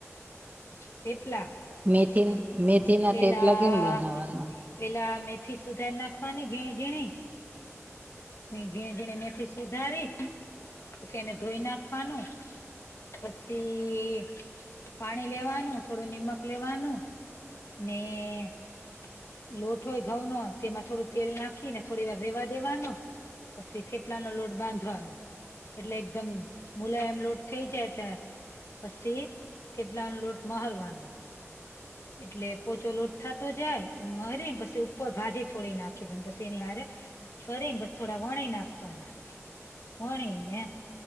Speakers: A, on the left; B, on the right.
A: થેપલા
B: મેતીન મેતી ના
A: પેલા
B: થેપલા કેમ બનાવાના?
A: પેલા મેથી સુધાર નાખવાની ઝીણી-ઝીણી. ઝીણી ઝીણી મેથી સુધારી પછી એને ધોઈ નાખવાનું પછી પાણી લેવાનું થોડું નિમક લેવાનું ને લોઠો હોય ઘઉંનો તેમાં થોડું તેલ નાખીન થોડીવાર રેવા દેવાનો. પછી થેપલાનો લોટ બાંધવાનો. એટલે એકદમ મુલાયમ લોટ થઈ જાય એટલે પછી થેપલાનો લોટ મહરવાનો એટલે પોચો લોટ થાતો જાય એમ મહરી પછી ઉપર ભાજી થોડી નાખી દીન પછી એની હારે કરીન બસ થોડા વણી નાખવાના વણી ને